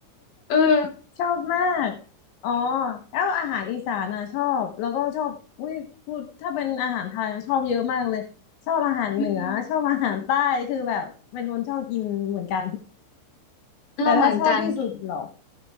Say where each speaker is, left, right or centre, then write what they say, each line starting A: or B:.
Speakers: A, on the left; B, on the left.
A: เออ
B: <laughs> ชอบมากอ๋อแล้วอาหารอีสานอ่ะชอบแล้วก็ชอบอุ้ยพูดถ้าเป็นอาหารไทยอะชอบเยอะมากเลยชอบอาหารเหนือชอบอาหารใต้คือแบบเป็นคนชอบกินเหมือนกัน
A: อืมเราเหมือนกัน
B: แต่ถ้าชอบที่สุดเหรอ